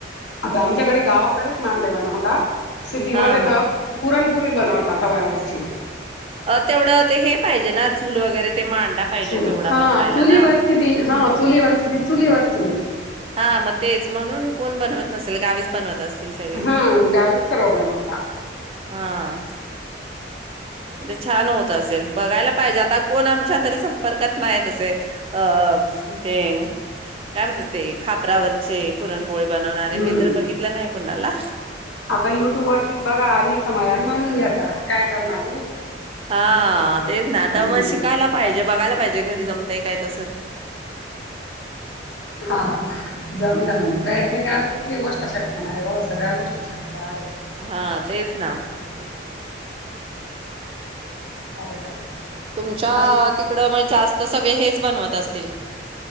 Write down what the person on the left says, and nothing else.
आता आमच्याकडे गावाकडे <unintelligible> बनवतात. सिटीमध्ये
तर पुरणपोळीच बनवतात तव्यावर. <unintelligible>
चुल
हा
चुली
वरची ती हा. चुलीवरची ती चुलीवरचीच.
हम गावीच सर्व बनवता.
हम्म.
आता युट्यूब वरतीच बघा आणि समाधान मानून घ्या आता, काय करणार नाही का.
हम्म.
हा जमेल जमेल. प्रयत्न केला तर कुठली गोष्ट अशक्य नाही हो, सगळ्या गोष्टी शक्य आहेत.
हा काय? नाही
अजून